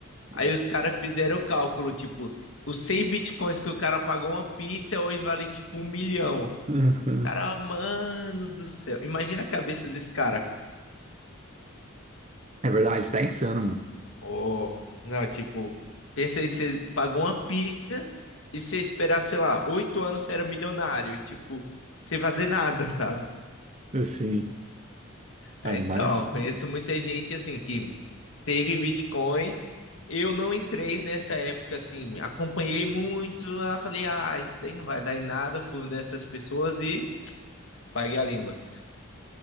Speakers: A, on the right (about 35°); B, on the left (about 65°).
A: nossa.
B: Aí os caras fizeram o cálculo: Tipo, os 100 Bitcoins que o cara pagou uma pizza hoje vale tipo um milhão.
A: <laughs>
B: Cara, mano do céu. Imagina a cabeça desse cara.
A: É verdade, tá insano, mano.
B: Oh, não, tipo, pensa aí, você pagou uma pizza e você esperar, sei lá, oito anos você era milionário, e, tipo, sem fazer nada, <laughs> sabe?
A: Sim,
B: É,
A: a imagem.
B: então, conheço muita gente assim que teve Bitcoin. Eu não entrei nessa época assim, acompanhei muito, ah, falei, ah, isso aí não vai dar em nada, fui uma dessas pessoas e paguei a língua.